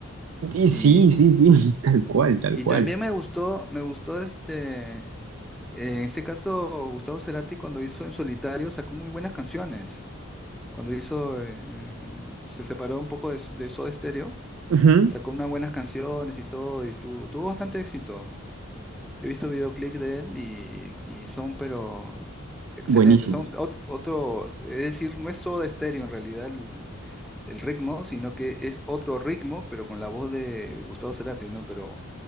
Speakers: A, on the right; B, in the centre.
A: Y sí,
B: Y,
A: sí, sí, <laughs> tal cual, tal
B: y
A: cual.
B: también me gustó, me gustó este, eh, en este caso, Gustavo Cerati cuando hizo En Solitario sacó muy buenas canciones. Cuando hizo, eh, en- en- se separó un poco de, s- de Soda Stereo,
A: Ujú,
B: sacó unas buenas canciones y todo, y estuvo, tuvo bastante éxito. He visto videoclip de él y, y son, pero excelentes.
A: Buenísimo,
B: Son ot- otro, es decir, no es Soda Stereo en realidad el, el ritmo, sino que es otro ritmo, pero con la voz de Gustavo Cerati, ¿no? Pero,